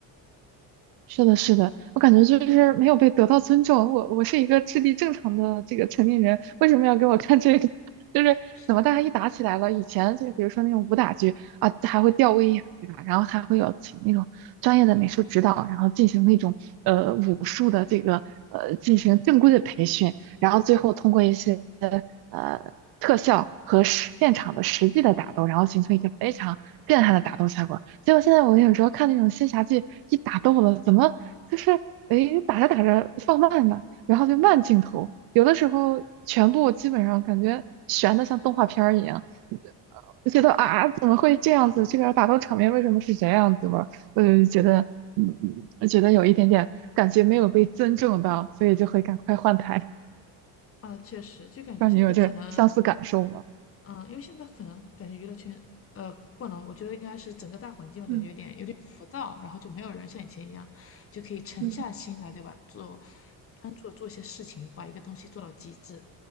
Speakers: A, on the right; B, on the left.
A: 是的，是的，我感觉就是没有被得到尊重。我我是一个智力正常的这个成年人，为什么要给我看这个？<laughs> 就是怎么大家一打起来了，
B: 是
A: 以前就比如说那种武打剧啊，还会吊威亚，对吧？然后还会有请那种专业的美术指导，然后进行那种呃武术的这个呃进行正规的培训，然后最后通过一些。呃特效和实现场的实际的打斗，然后形成一个非常震撼的打斗效果。结果现在我有时候看那种仙侠剧，一打斗了，怎么就是诶打着打着放慢了，然后就慢镜头，有的时候全部基本上感觉悬的像动画片儿一样。我觉得啊，怎么会这样子？这个打斗场面为什么是这样子嘛？呃，觉得，嗯，嗯觉得有一点点感觉没有被尊重到，所以就会赶快换台。
B: 啊，确实就感觉现在可能
A: 让你有这相似感受吗？
B: 嗯，因为现在可能感觉娱乐圈，呃，不能，我觉得应该是整个大环境吧，感觉有点有点浮躁，
A: 嗯
B: 然后就没有人像以前一样，就可以沉下心来，
A: 嗯
B: 对吧？做专注的做一些事情，把一个东西做到极致。